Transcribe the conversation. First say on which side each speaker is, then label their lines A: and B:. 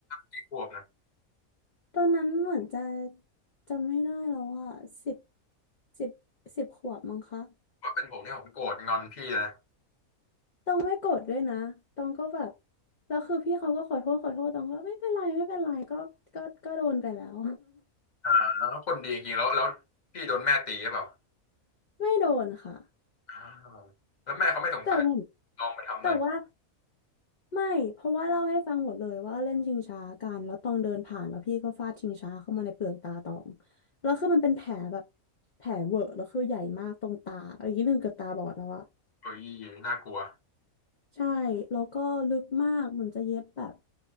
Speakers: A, on the left (about 40°); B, on the left (about 85°).
A: พี่ขวบนะ
B: ตอนนั้นเหมือนจะจำไม่ได้แล้วอ่ะสิบสิบสิบขวบมั้งคะ
A: ว่าเป็นผมเนี่ยผมโกรธงอนพี่นะ
B: ตองไม่โกรธด้วยนะตองก็แบบแล้วคือพี่เขาก็ขอโทษขอโทษตองก็ไม่เป็นไรไม่เป็นไรก็ก็ก็โดนไปแล้ว
A: อ่าแล้วคนดีจริงๆแล้วแล้วพี่โดนแม่ตีหรือเปล่า
B: <laughs> ไม่โดนค่ะ
A: อ่าแล้วแม่เขาไม่สงสัย
B: แต่เหมือน
A: ลองไปทำอะไร
B: แต่ว่า ไม่ เพราะว่าเล่าให้ฟังหมดเลยว่าเล่นชิงช้ากันแล้วตองเดินผ่านแล้วพี่ก็ฟาดชิงช้าเข้ามาในเปลือกตาตองแล้วคือมันเป็นแผลแบบแผลเวอะแล้วคือใหญ่มากตรงตาอะไรอย่างนี้หนึ่งเกับตาบอดแล้วอะ
A: เฮ้ยน่ากลัว
B: ใช่แล้วก็ลึกมากเหมันจะเย็บแบบ